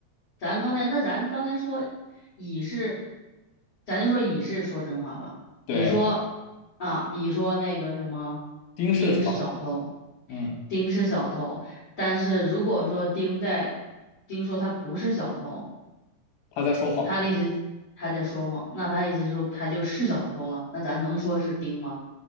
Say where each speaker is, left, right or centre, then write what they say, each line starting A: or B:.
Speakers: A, on the left; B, on the left.
A: 咱刚才，那咱刚才说乙是，咱就说乙是说真话吧。
B: 对，
A: 乙说啊，乙说那个什么，
B: 丁是小
A: 丁是小偷，
B: 嗯，
A: 丁是小偷。但是如果说丁在，丁说他不是小偷，
B: 他在说谎。
A: 他的意思他在说谎，那他意思是他就是小偷了。那咱能说是丁吗？